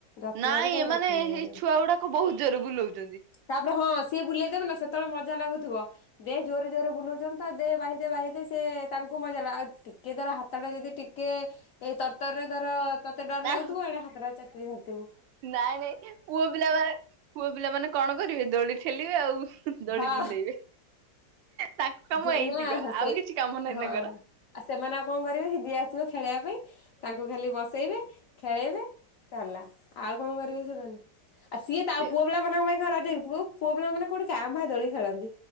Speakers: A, on the left; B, on the right.
A: ଯତ୍ନରେ
B: ନାଇଁ
A: ତାକୁ
B: ଏମାନେ
A: ରଖିବାକୁ
B: ଏଇ
A: ପଡିବ।
B: ଛୁଆ ଗୁଡାକ ବହୁତ ଜୋରରେ ବୁଲଉଛନ୍ତି।
A: ତାପରେ ହଁ ସିଏ ବୁଲେଇଦେବେ ନା ସେତେବେଳେ ମଜା ଲାଗୁଥିବ। ଦେ ଜୋରରେ ଜୋରରେ ବୁଲଉଛନ୍ତି ତ ଦେ ବାହି ବାହି ଦେ ସେ ତାଙ୍କୁ ମଜା ଲା ଆଉ ଟିକେ ହାତ ଟା ଯଦି ଟିକେ ଏଇ ତରତର ରେ ଧର ତତେ ଡର
B: ନା
A: ଲାଗୁଥିବ ଏଣେ ହାତଟା ଚାପିକୀଧର୍ଥିବୁ।
B: ନାଇଁ ନାଇଁ ପୁଅ ପିଲା ବା ପୁଅ ପିଲାମାନେ କଣ କରିବେ ଦୋଳି ଠେଲିବେ ଆଉ ଦୋଳି
A: ହଁ
B: ବୁଲେଇବେ। ତାଙ୍କ କାମ
A: ଯେ
B: ଏଇତିକ
A: ନା
B: ଆଉ
A: ସେ
B: କିଛି କାମ ନାହିଁ
A: ହ ହଁ
B: ତାଙ୍କର।
A: ଆଉ ସେମାନେ ଆଉ କଣ କରିବେ କି ଯିଏ ଆସିବ ଖେଳିବା ପାଇଁ ତାଙ୍କୁ ଖାଲି ବସେଇବେ ଖେଳେଇବେ। ସରିଲା ଆଉ କଣ କରିବେ ସେମାନେ ଆଉ ସିଏ ତ
B: ସେ
A: ଆଉ ପୁଅ ପିଲା ମାନଙ୍କ ପାଇଁ କଣ ରଜ କି, ପୁଅ ପୁଅ ପିଲା ମାନେ କୋଉଠି ଙ୍କା ଭା ଦୋଳି ଖେଳନ୍ତି